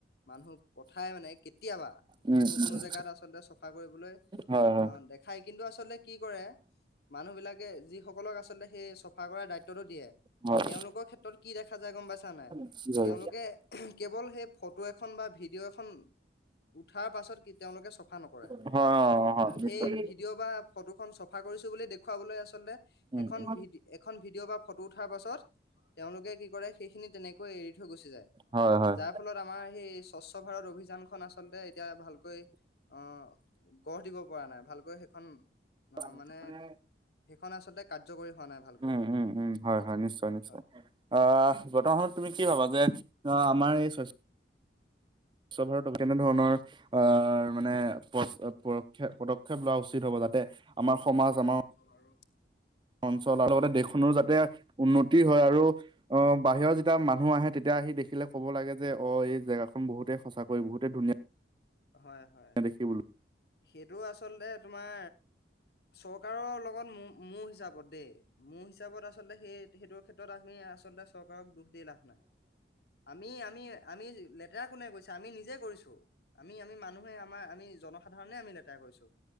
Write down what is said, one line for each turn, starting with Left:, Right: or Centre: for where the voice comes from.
Left: মানুহ পঠাই মানে কেতিয়াবা,
Right: উম,
Left: কোনো
Right: উম,
Left: কোনো জেগাত আচলতে চফা কৰিবলৈ
Right: হয়, হয়।
Left: অ, দেখাই কিন্তু আচলতে কি কৰে, মানুহ বিলাক <unintelligible> যিসকলক আচলতে সেই চফা কৰা দায়িত্বটো দিয়ে,
Right: হয়,
Left: তেওঁলোকৰ ক্ষেত্ৰত কি দেখা যায় গম পাইছা নে,
Right: কি হয়,
Left: তেওঁলোকে কেৱল সেই ফটো এখন বা ভিডিঅ' এখন, উঠাৰ পাছত তেওঁলোকে চফা নকৰে,
Right: হয়, হয়,
Left: অ,
Right: নিশ্চয়,
Left: সেই
Right: নিশ্চয়,
Left: ভিডিঅ' বা ফটোখনন চফা কৰিছোঁ বুলি দেখুৱাবলৈ আচ আচলতে,
Right: উম,
Left: এখন
Right: উম।
Left: ভিডি এখন ভিডিঅ' বা ফটো উঠাৰ পাছত তেওঁলোকে কি কৰে সেইখিনি তেনেকৈ এৰি থৈ গুচি যায়,
Right: হয়, হয়।
Left: যাৰ ফলত আমাৰ সেই স্বচ্ছ ভাৰত অভিযানখন আচলতে এতিয়া ভালকৈ অ' গঢ় দিব পৰা নাই ভালকৈ <unintelligible>
Right: <unintelligible>
Left: মানে সেইখন আচলতে কাৰ্যকৰী হোৱা নাই ভালকৈ।
Right: উম উম উম হয় হয় নিশ্চয় নিশ্চয়,
Left: হয়
Right: অ' বৰ্তমান সমত তুমি কি ভাবা যে আহ আমাৰ এই স্বচ্ছ স্বচ্ছ ভাৰত অভিযানে কেনেধৰণৰ অ' মানে পদ পদক্ষেপ লোৱা উচিত হ'ব যাতে আমাৰ সমাজ আমাৰ
Left: আৰু
Right: অঞ্চল আৰু লগতে দেশখনো যাতে উন্নতি হয় আৰু অ' বাহিৰৰ যেতিয়া মানুহ আহে তেতিয়া আহি দেখিলে কব লাগে যে অ এই জেগাখন বহুতেই সঁচাকৈ বহুতেই ধুনীয়া।
Left: হয় হয়,
Right: দেখিবলৈ
Left: সেইটো আচলতে তোমাৰ চৰকাৰৰ লগত মোৰ হিচাপত দেই মোৰ হিচাপত আচলতে সেই সেইটোৰ ক্ষেত্ৰত আমি আচলতে চৰকাৰক দোষ লাভ নাই আমি আমি আমি লেতেৰা কোনে কৰিছে আমি নিজে কৰিছোঁ আমি আমি মানুহে আমাৰ আমি জনসাধাৰণে আমি লেতেৰা কৰিছোঁ,